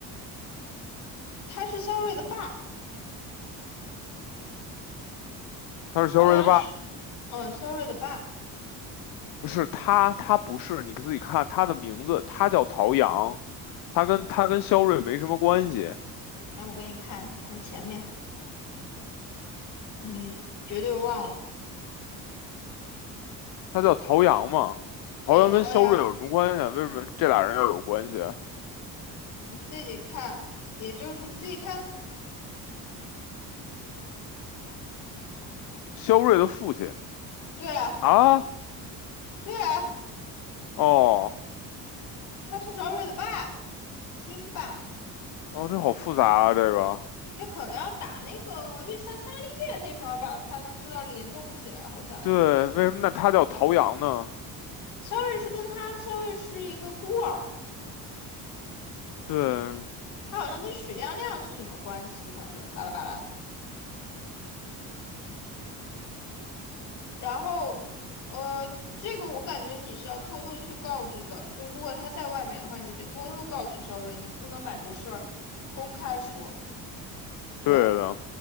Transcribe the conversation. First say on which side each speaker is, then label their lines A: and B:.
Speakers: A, on the left; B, on the left.
A: 他是肖睿的爸，
B: 他是肖瑞的爸爸，
A: 陶阳是，嗯，肖睿的爸。
B: 不是他，他不是，你自己看他的名字，他叫陶阳，他跟他跟肖瑞没什么关系，
A: 来，我给你看，你看前面，你绝对忘了。
B: 他叫陶阳嘛。
A: 对，
B: 陶阳跟肖瑞有什么关系啊？
A: 陶阳，
B: 为什么这俩人要有关系？
A: 你自己看，也就是你自己看。
B: 肖瑞的父亲
A: 对啊，
B: 啊，
A: 对啊，
B: 哦
A: 他是萧睿的爸，亲爸。
B: 哦，这好复杂啊，这个
A: 这可能要打那个月下沙利叶那边儿吧，才能知道联动起来。好像
B: 对，为什么那他叫陶阳呢？
A: 肖瑞是跟他，肖瑞是一个孤儿，
B: 对，
A: 他好像跟许亮亮是什么关系，反正巴拉巴拉的。然后，呃，这个我感觉你是要偷偷去告知的，就如果他在外面的话，你得偷偷告诉肖瑞，你不能把这事儿公开说。对，
B: 对的，